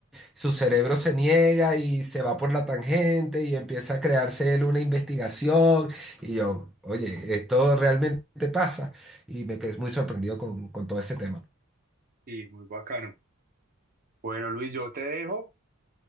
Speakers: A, in the centre; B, on the right.
A: su cerebro se niega y se va por la tangente y empieza a crearse él una investigación. Y yo, oye, esto realmente pasa. Y me quedé muy sorprendido con, con todo ese tema.
B: Sí, muy bacano. Bueno, Luis, yo te dejo.